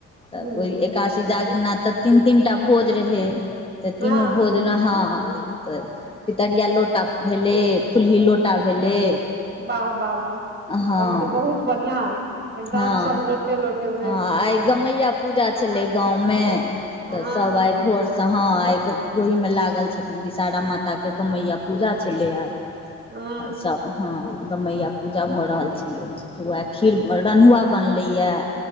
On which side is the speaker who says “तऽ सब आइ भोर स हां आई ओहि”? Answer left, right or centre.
Left